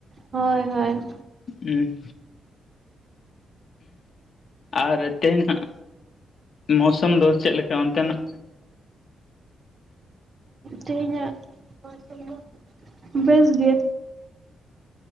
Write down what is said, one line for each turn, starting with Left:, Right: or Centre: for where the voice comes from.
Right: ᱦᱳᱭ ᱦᱳᱭ
Left: ᱦᱩᱸ ᱟᱨ ᱛᱮᱦᱮᱱᱟᱜ ᱢᱳᱣᱥᱟᱢ ᱫᱚ ᱪᱮᱫ ᱞᱮᱠᱟ ᱚᱱᱛᱮ ᱱᱟᱜ?
Right: ᱛᱮᱦᱮ ᱧᱟᱜ ᱢᱳᱣᱥᱚᱢ ᱫᱚ ᱵᱮᱥ ᱜᱮ᱾